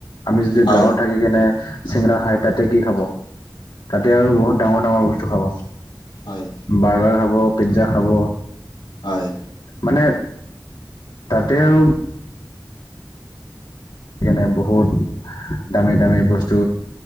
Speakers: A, on the left (about 70°); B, on the left (about 85°).
A: আমি যদি
B: হয়
A: গাঁৱত থাকি কেনে চিংৰা খাই, তাতে কি খাব তাতে আৰু বহুত ডাঙৰ ডাঙৰ বস্তু খাব।
B: হয়
A: বাৰ্গাৰ খাব, পিজ্জা খাব,
B: হয়
A: মানে তাতে আৰু কেনে বহুত, দামী-দামী বস্তু